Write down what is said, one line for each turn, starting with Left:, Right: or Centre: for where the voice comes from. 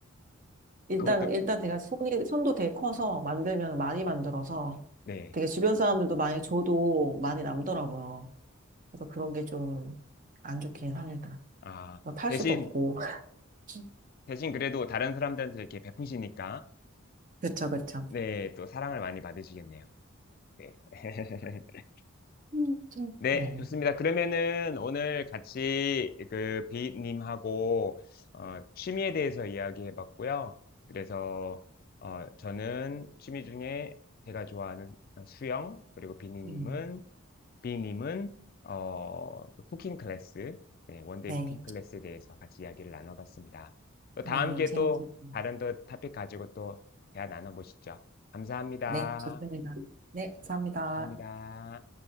Right: 일단
Left: 그것도
Right: 일단 제가 손이 손도 되게 커서 만들면 많이 만들어서
Left: 네.
Right: 되게 주변 사람들도 많이 줘도 많이 남더라고요. 그래서 그런 게 좀 안 좋긴 합니다.
Left: 아,
Right: 뭐 팔
Left: 대신
Right: 수도 없고. <laughs>
Left: 대신 그래도 다른 사람들한테 이렇게 베푸시니까
Right: 그쵸, 그쵸.
Left: 네, 또 사랑을 많이 받으시겠네요. 네. <laughs>
Right: 음, 음.
Left: 네,
Right: 네.
Left: 좋습니다. 그러면은 오늘 같이 그 비님하고 어, 취미에 대해서 이야기해 봤고요. 그래서 어, 저는 취미 중에 제가 좋아하는 수영, 그리고 비님은
Right: 음,
Left: 비님은 어, 쿠킹 클래스, 네, 원데이
Right: 네.
Left: 쿠킹 클래스에 대해서 같이 이야기를 나눠봤습니다. 또
Right: 네.
Left: 다음 기회에
Right: 재밌을
Left: 또
Right: 겁니다.
Left: 다른 또 토픽 가지고 또 대화 나눠보시죠. 감사합니다.
Right: 네. 좋습니다. 네. 감사합니다.
Left: 감사합니다.